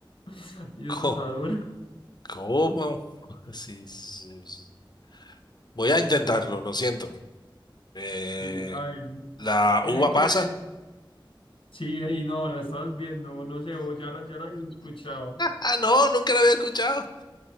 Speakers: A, on the left (about 85°); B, on the left (about 55°).
A: <laughs> Y
B: co-
A: esa está dura.
B: ¿Cómo? <laughs> Sí, sí, sí. Voy a intentarlo, lo siento. Eh,
A: Y, a ver,
B: ¿la
A: tiene
B: uva
A: que
B: pasa?
A: ver. Sí, ahí no, la estabas viendo, no sé, o ya la, ya la he escuchado.
B: Ah, no, nunca la había escuchado.